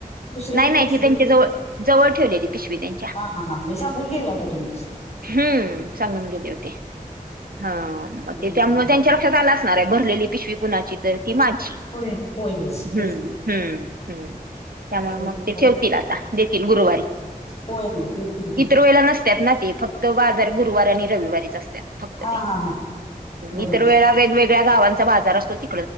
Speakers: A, on the left; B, on the right.
A: दुसऱ्या
B: नाही,
A: कोण
B: नाही.
A: घेतली
B: ती त्यांच्या
A: तर
B: जवळ, जवळ ठेवलेली पिशवी त्यांच्या.
A: हा हा हा मी सांगून गेला होता तुम्ही
B: हम्म. सांगून गेले होते हा मग
A: बरं
B: ते त्यामुळे
A: बरं
B: त्यांच्या लक्षात आलं असणाराय भरलेली पिशवी कुणाची तर कि माझी
A: होय होय होय
B: हम्,
A: तेच की
B: हम्, ह्. त्यामुळे
A: तेवढं
B: मग
A: हे
B: ते
A: करू
B: ठेवतील आता, देतील गुरुवारी
A: होय होय देतील की
B: इतर वेळेला नस त्यात ना ती फक्त बाजार गुरुवार आणि रविवारीच असतात फक्त
A: हा
B: ते
A: हा हा बरोबर
B: इतर वेळेला वेगवेगळ्या गावांचा बाजार असतो ति